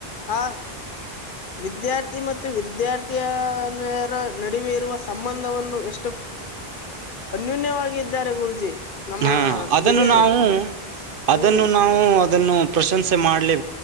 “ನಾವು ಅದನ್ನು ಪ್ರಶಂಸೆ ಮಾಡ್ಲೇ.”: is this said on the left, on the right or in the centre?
Right